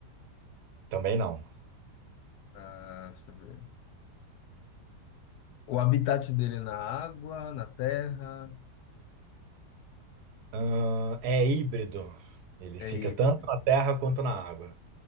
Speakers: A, on the right; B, on the left.
A: Também não.
B: Ah, deixa eu ver. O habitat dele é na água, na terra,
A: Ahn, é híbrido. Ele
B: é
A: fica
B: híbrido.
A: tanto na terra quanto na água.